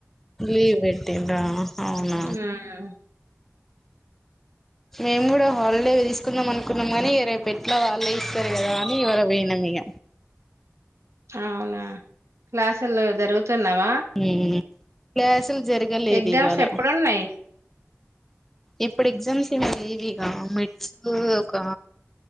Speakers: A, in the centre; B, on the right.
A: లీవ్ పెట్టిన్ర్ర అవునా
B: ఉమ్
A: మేము కూడా హాలిడే తీసుకుందాం అనుకున్నాంగని ఇగ రేపు ఎట్లా వాళ్ళే ఇస్తారు కదా అని ఇవ్వాళ పోయిన ఇగ
B: అవునా క్లాసుల్లో జరుగుతున్నావా
A: ఉమ్ క్లాసులు జరగలేదు
B: ఎగ్జామ్స్
A: ఇవాళ
B: ఎప్పుడున్నాయి
A: ఇప్పుడు ఎగ్జామ్స్ ఎం లేవిగా మెట్స్ ఒక